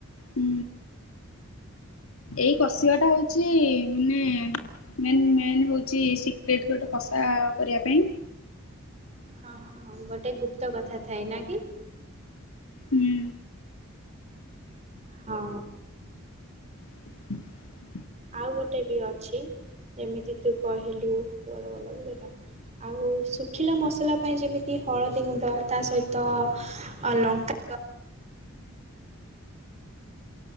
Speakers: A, on the left; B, on the right.
A: ଉଁ ଏଇ କଷିବା ଟା ହଉଛି ମାନେ ମେନ୍ ମେନ୍ ହଉଛି ସିକ୍ରେଟ୍ ଗୋଟେ କଷା କରିବା ପାଇଁ।
B: ହଁ, ହଁ ଗୋଟେ ଗୁପ୍ତ କଥା ଥାଏ ନା କି?
A: ହୁଁ।
B: ହଁ।
A: <inaudible>
B: ଆଉ ଗୋଟେ ବି ଅଛି, ଯେମିତି ତୁ କହିଲୁ କୁଆଡ଼େ ଗଲା ବେ ସେଟା। ଆଉ ଶୁଖିଲା ମସଲା ପାଇଁ ଯେମିତି ହଳଦୀ ଗୁଣ୍ଡ ତା ସହିତ ଅ, ଲଙ୍କା ଗୁଣ୍ଡ